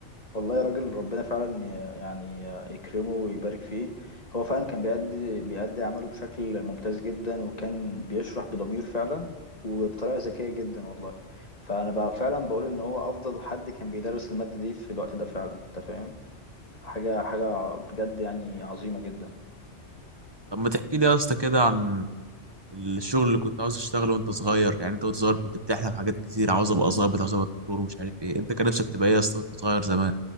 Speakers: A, on the left (about 35°); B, on the right (about 20°).
A: والله يا راجل ربنا فعلا ي- يعني يكرمه ويبارك فيه هو فعلا كان بيأدي بيأدي عمله بشكل ممتاز جدا وكان بيشرح بضمير فعلا وبطريقة ذكية جدا والله فأنا بقى فعلا بقول إن هو أفضل حد كان بيدرس المادة دي في الوقت ده فعلا أنت فاهم حاجة حاجة بجد يعني عظيمة جدا
B: طب ما تحكي لي يا اسطى كده عن الشغل اللي كنت عاوز تشتغله وأنت صغير يعني أنت وأنت صغير كنت بتحلم حاجات كتير عاوز أبقى ظابط عاوز أبقى دكتور ومش عارف إيه أنت كان نفسك تبقى إيه يا اسطى وأنت صغير زمان